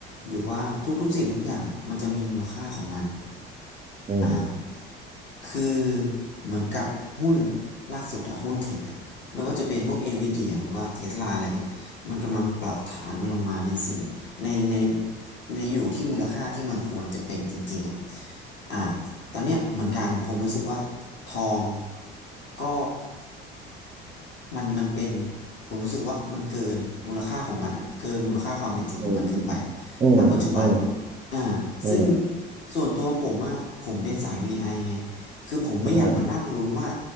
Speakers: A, on the left (about 40°); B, on the right (about 20°).
A: หรือว่าทุกๆสิ่งทุกอย่างมันจะมีมูลค่าของมัน
B: อืม
A: อ่าคือเหมือนกับหุ้นล่าสุดอะหุ้นเทคอะไม่ว่าจะเป็นพวกเอ็นวีดีหรือว่าเทสลาอะไรเงี้ยมันกำลังปรับฐานมันลงมาในสิ่งในในในอยู่ที่มูลค่าที่มันควรจะเป็นจริงๆอะอ่าตอนเนี้ยเหมือนกันผมรู้สึกว่าทองก็ มันมันเป็นผมรู้สึกว่ามันเกินมูลค่าของมันอะเกินมูลค่าความเป็นจริงของมันเกินไป
B: อืมอืมอืมอื
A: ณปัจจุบันอ่า
B: ม
A: ซึ่งส่วนตัวผมอะผมเป็นสาย VI ไอไงคือผมไม่อยากมานั่งลุ้นว่า
B: อืม